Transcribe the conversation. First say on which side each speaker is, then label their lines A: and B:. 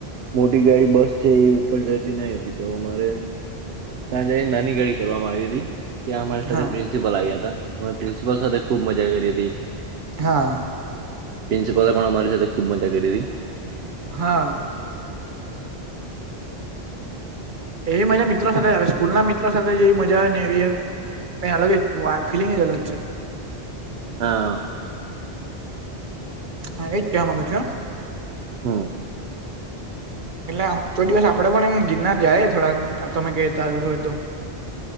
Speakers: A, on the right; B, on the right.
A: મોટી ગાડી બસ જે એ ઉપર જતી નહી હતી તો અમારે. ત્યાં જ નાની ગાડી કરવામાં આવી હતી ત્યાં અમારી સાથે
B: હા
A: પ્રિન્સિપલ આવ્યા હતા અમેં પ્રિન્સિપલ સાથે. ખૂબ મજા કરી હતી.
B: હા
A: પ્રિન્સિપાલે પણ અમારી સાથે ખુબ મજા કરી હતી.
B: હા એવી મજા મિત્રો સાથે આવે સ્કૂલ ના મિત્રો સાથે જેવી મજા આવે ને એવીમ અયા અલગ જ ફિલિંગ જ અલગ છે.
A: હા
B: હા એજ કેવા માંગુ છું.
A: હમ
B: એટલે આમ ચ દિવસ આપડે પણ એમ ગિરનાર જાય થોડાક તમે કેતા હોય તો.